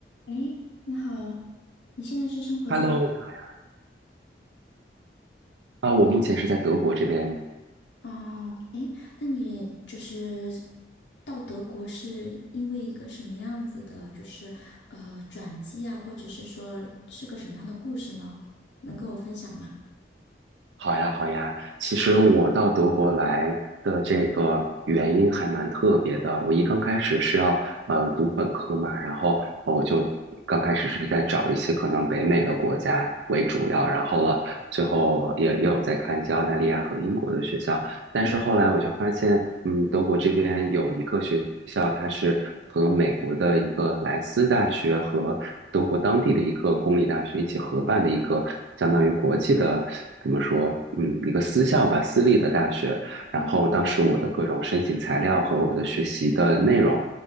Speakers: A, on the left; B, on the right.
A: 哎，你好，你现在是生活在
B: Hello，你好呀。啊，我目前是在德国这边。
A: 哦，哎，那你就是到德国是因为一个什么样子的，就是呃转机啊，或者是说是个什么样的故事呢？能跟我分享吗？
B: 好呀，好呀。其实我到德国来的这个原因还蛮特别的。我一刚开始是要呃读本科嘛，然后我就刚开始是在找一些可能北美的国家为主要，然后了最后也也有在看一些澳大利亚和英国的学校。但是后来我就发现，
A: 嗯
B: 嗯，德国这边有一个学校，它是和美国的一个莱斯大学和德国当地的一个公立大学一起合办的一个相当于国际的，怎么说，嗯，一个私校吧，私立的大学。然后当时我的各种申请材料和我的学习的内容，
A: 嗯，